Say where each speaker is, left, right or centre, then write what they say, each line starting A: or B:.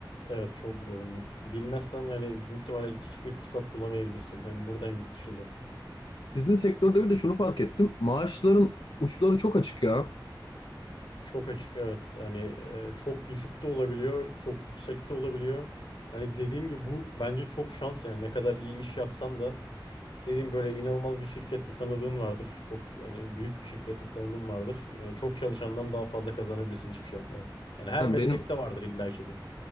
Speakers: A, on the left (about 85°); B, on the left (about 70°).
A: Evet çok zorunlu. Bilmezsen yani büyük ihtimalle hiçbir fırsat bulamayabilirsin hem burada hem yurt dışında.
B: sizin sektörde bir de şunu fark ettim. Maaşların uçları çok açık ya.
A: Çok açık evet. Hani e, çok düşük de olabiliyor, çok yüksek de olabiliyor. Hani dediğim gibi bu bence çok şans yani ne kadar iyi iş yapsan da dediğim böyle inanılmaz bir şirkette tanıdığın vardır. Çok hani büyük bir şirkette tanıdığın vardır. Yani çok çalışandan daha fazla kazanabilirsin hiçbir şey yapmadan. Yani her
B: Ha,
A: meslekte
B: benim
A: vardır illa ki bu.